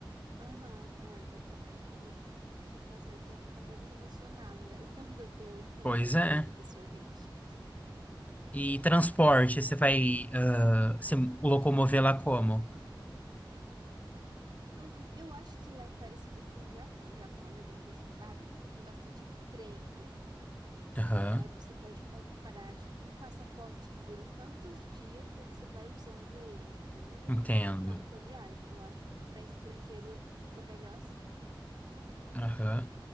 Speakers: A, on the right; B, on the left.
A: Aham, é verdade, você tem razão. Eu tenho que ficar menos emocionada <laughs> quando eu encontrar
B: Pois
A: com
B: é.
A: ele pessoalmente.
B: E transporte, você vai, ah, se locomover lá como?
A: Eu, eu acho que lá é parecido com o Japão. O Japão, eu já dei uma pesquisada, tem bastante trem,
B: Aham,
A: Aí você pode comprar, tipo, um passaporte que dura tantos dias, aí você vai usando ele até
B: entendo.
A: o final da tua viagem. Eu acho que para estrangeiro fica melhor assim.
B: Aham.